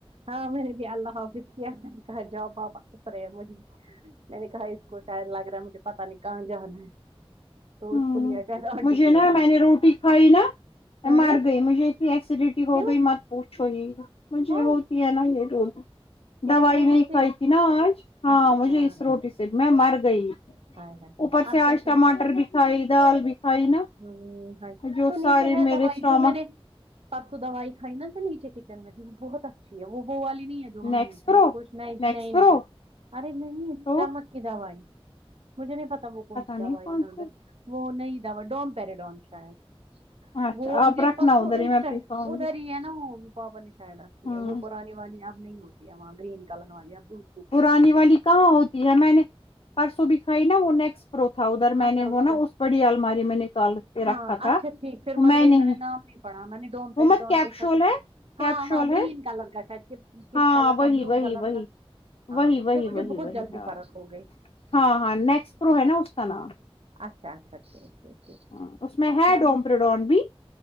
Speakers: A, on the right (about 70°); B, on the left (about 65°).
A: ہاں میں نے بھی اللہ حافظ کیا تھا کہا جاؤ <unintelligible> میں نے کہا اس کو شاید لگ رہا ہے مجھے پتا نہیں کہاں جانا ہے تو
B: ہوں
A: اس کو لیا شاید آنٹی
B: مجھے
A: کے
B: نا
A: یہاں
B: میں نے روٹی کھائی نا
A: ہاں
B: مر گئی مجھے یہ ایسیڈیٹی ہو
A: کیوں
B: گئی مت پوچھو ہی مجھے
A: ہائے
B: ہوتی ہے نا یہ رو دوائی
A: اس روٹی
B: نہیں
A: سے
B: کھائی تھی نا آج ہاں
A: اچھا
B: مجھے اس روٹی سے میں مرگئی
A: ہائے ہائے ہائے
B: اوپر سے
A: آپ
B: آج
A: کیا کیا
B: ٹماٹر بھی کھائی دال بھی کھائی نا
A: ہوں ہے
B: جو
A: تو نیچے
B: سارے
A: ہے
B: میرے
A: دوائی
B: اسٹامک
A: جو میں نے پرسوں دوائی کھائی نا جو نیچے کچن میں تھی وہ بہت اچھی ہے وہ والی نہیں ہے جو وہاں
B: نیکس
A: ہوتی
B: پرو
A: ہے وہ کچھ نہیں
B: نیکس
A: نہیں
B: پرو
A: نہیں ارے نہیں سٹامک
B: تو
A: کی دوائی مجھے نہیں پتا وہ کون سی
B: نہیں
A: دوائی
B: کون
A: ہے ادھر
B: سے
A: وہ نئی دوا ڈوم پیراڈون شاید
B: اچھا
A: وہ
B: آپ
A: مجھے
B: رکھنا
A: پرسوں
B: ادھر
A: انسٹنٹ
B: ہی میں پی پاؤں
A: ادھر
B: گی
A: ہی ہے نا وہ پاپا نے شاید رکھتی
B: ہوں
A: ہے وہ پرانی والی اب نہیں ہوتی ہے وہاں گرین کلر والی اب دو
B: پرانی والی کہاں ہوتی ہے میں نے پرسوں بھی کھائی نا وہ نیکس پرو تھا ادھر میں
A: اچھا
B: نے وہ
A: کا
B: نا اس پڑی الماری میں نکال رکھا
A: ہاں اچھا
B: تھا
A: ٹھیک پھر
B: وہ
A: مت وہی
B: نہیں
A: میں نے نام نہیں پڑا میں نے ڈوم
B: وہ
A: پیریڈون
B: مت کیپشول
A: دیکھا تو
B: ہے
A: ہاں
B: کیپشول
A: ہاں گرین
B: ہے
A: کلر کا شاید کہ بسکٹ
B: ہاں
A: کلر
B: وہی
A: کا بلو
B: وہی
A: کلر
B: وہی
A: کا ہاں
B: وہی
A: اس
B: وہی
A: سے مجھے
B: وہی
A: بہت
B: وہی
A: جلدی
B: ہاں
A: فرق ہو گئی
B: ہاں ہاں نیکس پرو ہے نا اس کا نام
A: اچھا اچھا ٹھیک ٹھیک ٹھیک
B: ہاں اس میں ہے
A: چلو
B: ڈوم پیرے ڈون بھی